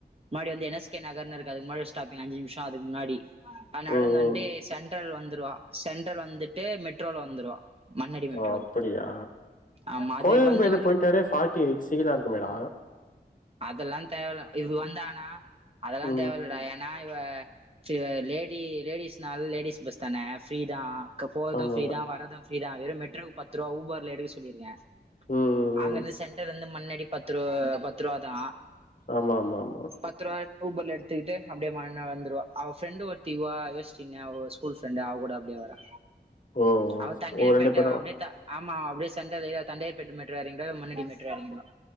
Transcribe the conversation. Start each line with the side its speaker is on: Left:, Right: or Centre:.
Right: முன்னாடி வந்து என் எஸ் கே நகர்ன் இருக்கு முன்னாடி ஸ்டாப்பிங் அஞ்சு நிமிஷோ அதுக்கு முன்னாடி அ நடந்து
Left: ம்
Right: வந்ட்டு
Left: ம்
Right: சென்ட்ரல் வந்துருவா சென்ட்ரல் வந்துட்டு மெட்ரோல வந்துருவா மண்ணடி மெட்ரோக்கு
Left: ஒ அப்படியா
Right: ஆமா அதுக்கு
Left: கோயம்பேடு
Right: வந்து அவரு
Left: போய்ட்டாளே ஃபாடி எயிட் சீலா இருக்குமே டா
Right: அதெல்லா தேவல இது வந்தானா அதெல்லா
Left: ம்
Right: தேவயில்ல ஏன்னா இவ ச இவ லேடி லேடிஸ்னால லேடிஸ் பஸ் தான ஃப்ரீ தா க்க போற்து
Left: ஆமா
Right: ஃப்ரீதா வரது ஃப்ரீதா வெறு மெட்ரோக்கு பத்துருவா ஊபர்ல எடுக்க சொல்லிருக்க
Left: ம் ம்
Right: அங்கந்து
Left: ம்
Right: சென்டர் இருந்து மண்ணடி பத்து ரூ பத்துருவா தா
Left: ஆமா ஆமா ஆமா
Right: பத்து ரூபா ஊபர்ல எடுத்துகிட்டு அப்டே மண்ண வந்துர்வா அவ ஃப்ரெண்டு ஒர்த்தி உ அ யுவஸ்ரீ னு அவ ஸ்கூல் ஃப்ரண்டு அவு கூட அப்டே வரா
Left: ஓ
Right: அவ தண்டயார்பேட்ட
Left: ஓ ரெண்டு பேரும்
Right: அவ அப்டே த ஆமா அப்டே சென்ட்ரல்ல ஏறி அவ் தண்டயார்பேட் மெ <unintelligible> எறங்டுவா இல்ல மண்ணடி மெட்ரோ எறங்கிடுவா